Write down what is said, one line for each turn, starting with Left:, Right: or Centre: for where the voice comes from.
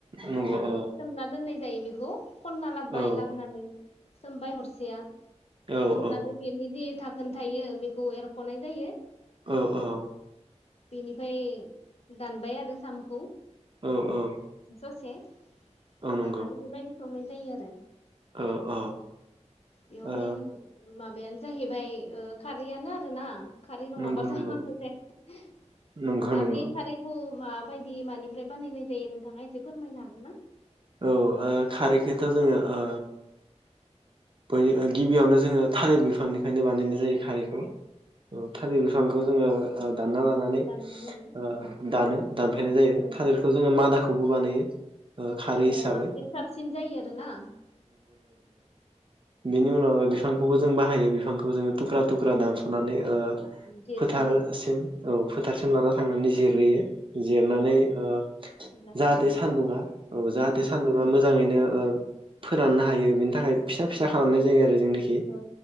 Right: नंगौ
Left: नङा नङा
Right: औ
Left: सोमना दोननाय जायो बिखौ। खनना लाबोबाय
Right: औ
Left: लाबोनानै सोमबाय हरसेया
Right: औ
Left: सोमनानै
Right: औ
Left: बेनि जे दा खोन थायो बेखौ एरखनाय जायो
Right: औ औ।
Left: बेनिफाय दानबाय आरो सामुखौ
Right: औ औ
Left: ससे।
Right: औ
Left: दाननानै
Right: नंगौ
Left: बेबायदि संनाय जायो आरो।
Right: औ औ।
Left: बेयाव
Right: ओ
Left: मेन माबायानो जाहैबाय ओ खारैयानो आरोना। खारै नङाबाथ'
Right: नंगौ नंगौ
Left: जाया।
Right: नंगौ
Left: दा
Right: नंगौ
Left: बै खारैखौ माबायदि मानिफ्राय बानायनाय जायो नोंथाङा एसे फोरमायनो हागोन ना?
Right: औ ओ खारैखोथ' जोङो ओ बै ओ गिबियावनो जोङो थालिर बिफांनिफ्रायनो बानायनाय जायो सारिखौ
Left: औ
Right: औ थालिर बिफां बो जोङो ओ दानना लानानै
Left: दानना लायो
Right: ओ
Left: उम
Right: दानो दानफायनाय जायो
Left: औ
Right: थालिरखौ जोङो मादाखौ खौबो बानायो ओ
Left: औ
Right: खारै
Left: मादाया
Right: हिसाबै
Left: बांसिन साबसिन जायो आरोना?
Right: बेनि उनाव बिफांखौबो जों बाहायो बिफांखौ जोङो थुख्रा थुख्रा दानसनानै ओ
Left: जिरनानै
Right: फोथारसिम
Left: उम
Right: औ फोथारसिम लाना थांनानै जिरहैयो। जिरनानै
Left: औ
Right: ओ
Left: अब्ला
Right: जाहाथे
Left: रानो
Right: सान्दुङा औ जाहाथे
Left: उम
Right: सान्दुङा मो जाङैनो ओ फोराननो हायो बेनि थाखाय फिसा फिसा खालामनाय
Left: औ
Right: जायो आरो जोंनोखि,
Left: औ